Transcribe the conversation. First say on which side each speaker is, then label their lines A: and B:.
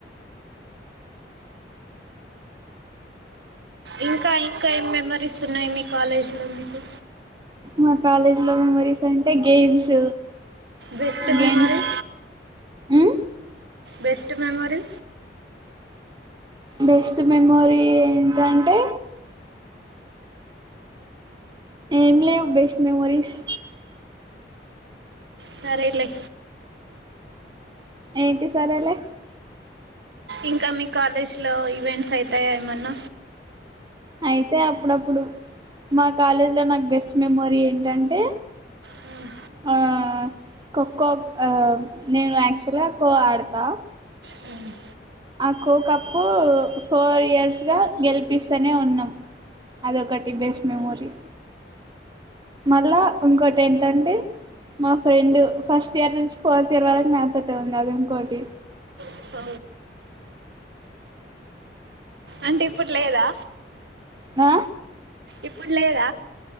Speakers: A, on the right (about 75°); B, on the right (about 25°).
A: ఇంకా ఇంకా ఏం మెమరీస్ ఉన్నాయి మీ కాలేజ్ లో మీకు?
B: మా కాలేజ్ లో మెమరీస్ అంటే గేమ్స్,
A: బెస్ట్
B: గేమ్స్
A: మెమరీ
B: మ్
A: బెస్ట్ మెమోరీ
B: బెస్ట్ మెమోరీ ఏంటంటే, ఏం లేవు బెస్ట్ మెమోరీస్.
A: సరేలే
B: ఏంటి సరేలే?
A: ఇంకా మీ కాలేజ్ లో ఈవెంట్స్ అయితాయ ఏమన్న?
B: అయితాయి అప్పుడప్పుడు మా కాలేజ్ లో నాకు బెస్ట్ మెమోరీ ఏంటంటే,
A: మ్
B: ఆ ఖోఖో నేను యాక్చువల్గా ఖో ఆడతా.
A: మ్
B: ఆ ఖో కప్పు ఫోర్ ఇయర్స్ గా గెలిపిస్తనే ఉన్నాం. అదొకటి బెస్ట్ మెమోరీ. మళ్ళా ఇంకోటి ఏంటంటె మా ఫ్రెండ్ ఫస్ట్ ఇయర్ నుంచి ఫోర్త్ ఇయర్ వరకు నాతోటె ఉంది అది ఇంకోటి
A: ఒ అంటే ఇప్పుడు లేదా?
B: ఆ
A: ఇప్పుడు లేద?